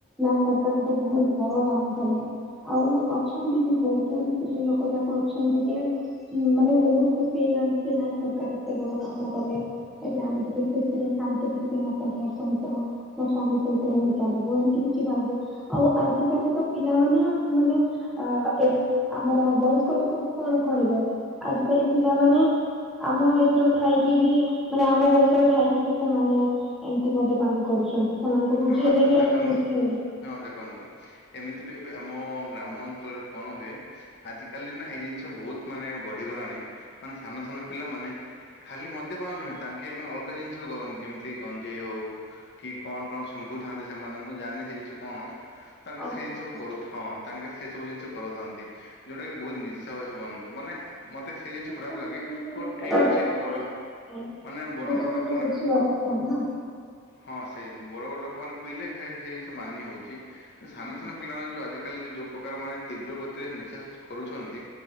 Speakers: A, in the centre; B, on the left.
A: ନା ସରକାର ଗୋଟେ ବହୁତ ବଡ କାମ କଲେ ଆଉ ଅଛନ୍ତି କି ସ୍ତ୍ରୀ ଲୋକ ଯା କରୁଛନ୍ତି ଯେ ମାନେ ବହୁତ ଖୁସି ହେଇଯାଆନ୍ତି। କି ନାଇ ସରକାର ଏତେ ବଡ କାମ କଲେ ଏବେ ଆମେ ଟିକେ ଖୁସିରେ ଶାନ୍ତିରେ ଟିକେ ଆମ ପରିବାର ଚାହୁଁ। ତ ମୋ ସ୍ବାମୀ ମୀ ସହିତ ରହିପାରିବୁ ଏମତି କିଛି ଭାବିବେ ଆଉ ଆଜିିକାଲି ତ ପିଲାମାନେ ମାନେ ଆ ଏଇ ଆମର ବୟସ୍କ ଲୋକଙ୍କୁ କଣ କହିବେ ଆଜିିକାଲି ପିଲାମାନେ ଆମ ଏଜ ର ଥାଇକି ବି ମାନେ ଆମ ବୟସର ଥାଇକି କି ବି ସେମାନେ ଏମତି ମଦ୍ୟ ପାନ କରୁଛନ୍ତି ସେମାନଙ୍କୁ ବୁଝିଇଲେ
B: ହଁ ଆ
A: ବି
B: ଦେଖନ୍ତୁ
A: ଆଉ ବୁଝି
B: ହଁ ଦେଖନ୍ତୁ ଏମିତି ବି ଏବେ ଆମ ଗ୍ରାମ ଅଞ୍ଚଳରେ କଣ ହୁଏ। ଆଜି କାଲି ନା ଏଇ ଜିନିଷ ବହୁତ ମାନେ ବଢିଗଲାଣି ମାନେ ସାନ ସାନ ପିଲାମାନେ ଖାଲି ମଦ୍ୟପାନ ନୁହେଁ ତାଙ୍କେ ମାନେ ଅଲଗା ଜିନିଷ ବି କରନ୍ତି ଯେମିତି ଗଞ୍ଜେଇ ହଉ କି କଣ କଣ ଶୁଙ୍ଘୁଥାନ୍ତେ ସେମାନେ ମୁଁ ଜାଣିନି ସେ ଜିନିଷ କଣ ତାଙ୍କେ
A: ଆଜ୍ଞା
B: ସେ ଜିନିଷ
A: ଆଜ୍ଞା
B: ସବୁ କରୁ ହଁ ତାଙ୍କେ ସେସବୁ ଜିନିଷ କରୁଥାନ୍ତି ଯେଉଁଟାକି ବହୁତ ନିଶା ହୁଏ ସେମାନଙ୍କୁ ମାନେ ମୋତେ ସେଇ ଜିନିଷ
A: ସେ
B: ଖରାପ
A: ସବୁ
B: ଲାଗେ
A: ଜିନିଷ
B: ହଉ
A: ନିଜର
B: ଠିକ୍ ଅଛି
A: ଦେହ
B: ବଡ଼
A: ପାଇଁ ଠିକ ନାହିଁ।
B: ମାନେ
A: ଏବେ
B: ବଡ଼
A: ସେମାନେ
B: ବଡ଼ ଲୋ ମନେ
A: ବୁଝିବା ଦରକାର ନା
B: ହଁ ସେଇ ବଡ ବଡ ଲୋକ ମାନ ପିଇଲେ ହେ ହେଇ ଜିନିଷ ମାନି ହଉଛି। ଏ ସାନ
A: ଆଜ୍ଞା।
B: ସାନ ପିଲା ମାନେ ଯୋଉ ଆଜିକାଲି ଯୋଉ ପ୍ରକାର ମାନେ ତୀବ୍ର ଗତିରେ ନିଶା କରୁଛନ୍ତି।